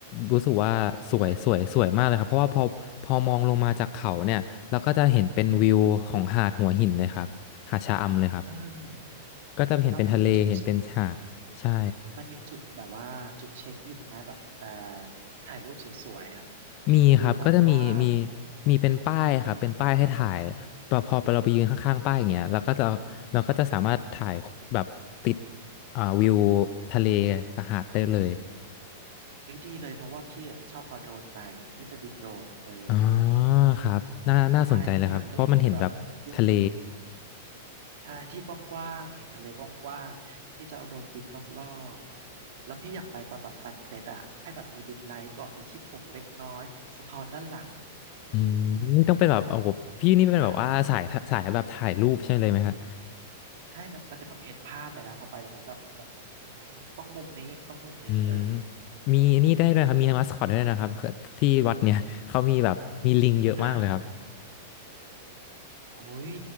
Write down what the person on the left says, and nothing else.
รู้สึกว่าสวยสวยสวยมากเลยครับเพราะว่าพอพอมองลงมาจากเขาเนี่ยเราก็จะเห็นเป็นวิวของหาดหัวหินเลยครับหาดชะอำเลยครับ
ก็จะเห็นเป็นทะเลเห็นเป็นหาดใช่
มีครับก็จะมีมีมีเป็นป้ายครับเป็นป้ายให้ถ่ายพอพอเราไปยืนข้างๆป้ายอย่างเงี้ยเราก็จะเราก็จะสามารถถ่ายแบบติดอ่าวิว
ทะเลกับหาดได้เลย
อ๋อครับน่าน่าสนใจเลยครับเพราะมันเห็นแบบทะเล
อืมนี่ต้องเป็นแบบโอ้โหพี่นี่เป็นแบบว่าสายสายแบบถ่ายรูปใช่เลยไหมครับ
อืมมีนี่ได้ด้วยครับมีมาสคอตด้วยนะครับที่วัดเนี่ยเขามีแบบมีลิงเยอะมากเลยครับ